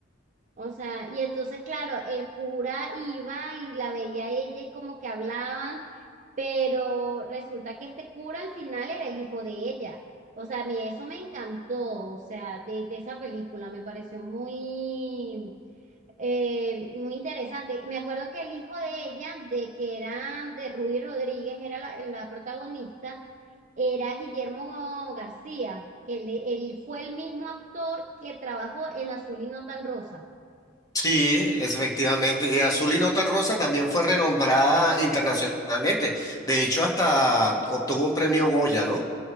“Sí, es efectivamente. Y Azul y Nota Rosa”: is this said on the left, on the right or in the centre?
Left